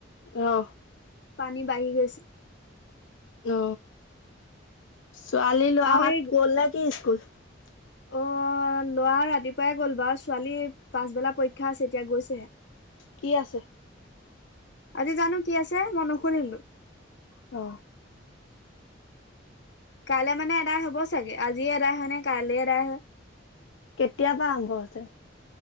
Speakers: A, on the left (about 80°); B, on the left (about 60°).
A: আহ
B: পানী বাঢ়ি গৈছে
A: অ ছোৱালী লোৱাাহাত
B: আৰু এই
A: গ'ল নে কি স্কুল <unintelligible>
B: অ ল'ৰা ৰাতিপুৱাই গ'ল বাৰু ছোৱালী পাছবেলা পৰীক্ষা আছে এতিয়া গৈছেহে
A: কি আছে
B: আজি জানো কি আছে মই নসুৰিলো
A: অ
B: কাইলৈ মানে এদাই হ'ব চাগে আজিয়ে এদায় হয় নে কাইলে এদাই হয়
A: কেতিয় পৰাা আৰম্ভ হৈছিল